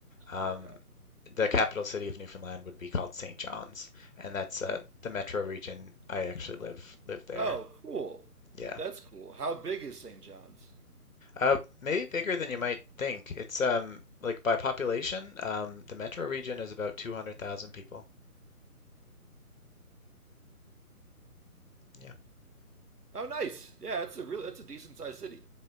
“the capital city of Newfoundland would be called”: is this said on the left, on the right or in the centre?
Left